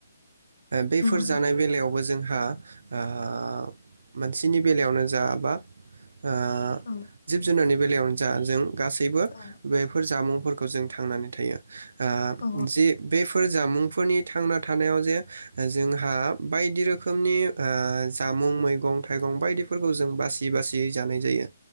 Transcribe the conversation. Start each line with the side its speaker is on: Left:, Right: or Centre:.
Right: बेफोर
Left: नंगौ
Right: जानाय बेलायावबो जों ओ मोनसेनि बेलायावनो जा बा ओ
Left: औ
Right: जिब जुनारनि जा जों गासैबो
Left: औ
Right: बेफोर जामुं फोरफोरखौ जों थांनानै थायो ओ
Left: औ
Right: जि बे मुंफोरनि थांना थानायाव जे जोंहा बायदि रोखोम रोखोमनि जामुं मैगं थाइगं बायदिफोरखौ जों बासिय बासियै जानाय जायो